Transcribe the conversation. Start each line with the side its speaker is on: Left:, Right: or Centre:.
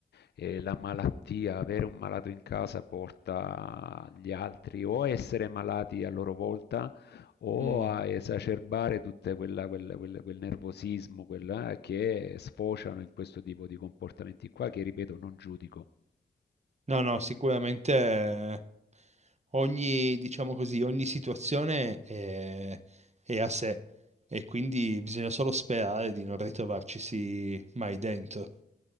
Left: eh, la malattia, avere un malato in casa porta gli altri o a essere malati a loro volta o
Right: Mm.
Left: a esacerbare tutto quel, quel nervosismo quella, eh, che sfociano in questo tipo di comportamenti qua, che ripeto, non giudico.
Right: No, no, sicuramente eh, ogni, diciamo così, ogni situazione è, è a sé e quindi bisogna solo sperare di non ritrovarcisi mai dentro.